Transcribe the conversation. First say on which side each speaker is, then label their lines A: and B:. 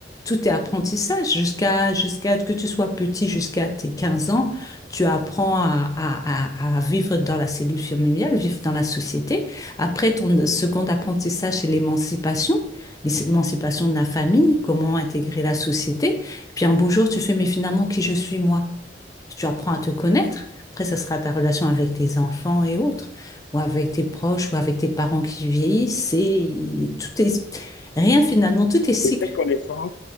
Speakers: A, on the left; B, on the left.
A: Tout est apprentissage, jusqu'à jusqu'à que tu sois petit, jusqu'à tes 15 ans, tu apprends à, à, à à vivre dans la cellule familiale, vivre dans la société. Après, ton second apprentissage, c'est l'émancipation l'émancipation de la famille, comment intégrer la société. Et puis un beau jour, tu fais, mais finalement, qui je suis moi? Tu apprends à te connaître. Après, ça sera ta relation avec tes enfants et autres, ou avec tes proches, ou avec tes parents qui vieillissent. C'est tout est rien finalement, tout est cycle.
B: Et cette connaissance,